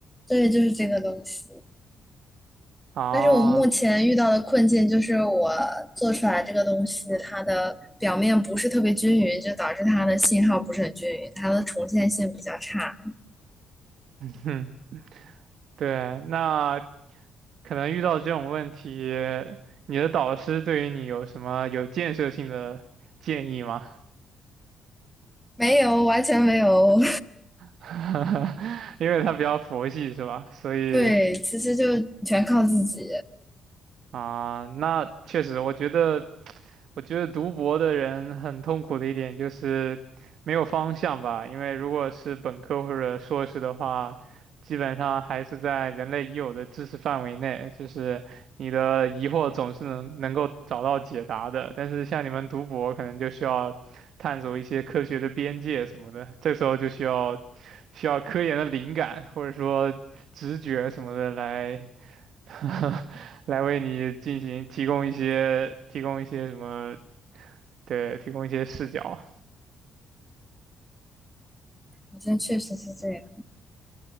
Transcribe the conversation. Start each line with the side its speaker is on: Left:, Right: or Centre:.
Centre: 对，就是这个东西。
Right: 啊，
Centre: 但是我目前遇到的困境就是我做出来这个东西，它的表面不是特别均匀，就导致它的信号不是很均匀，它的重现性比较差。
Right: <laughs> 哼，对，那可能遇到这种问题，你的导师对于你有什么有建设性的建议吗？
Centre: 没有，完全没有。
Right: <laughs> 因为他比较佛系，是吧？所以
Centre: <laughs> 对，其实就全靠自己，
Right: 啊、那确实，我觉得。我觉得读博的人很痛苦的一点就是没有方向吧，因为如果是本科或者硕士的话，基本上还是在人类已有的知识范围内，就是你的疑惑总是能能够找到解答的。但是像你们读博，可能就需要探索一些科学的边界什么的，这时候就需要需要科研的灵感或者说直觉什么的来 <laughs> 来为你进行提供一些提供一些什么。对，提供一些视角。
Centre: 好像确实是这样。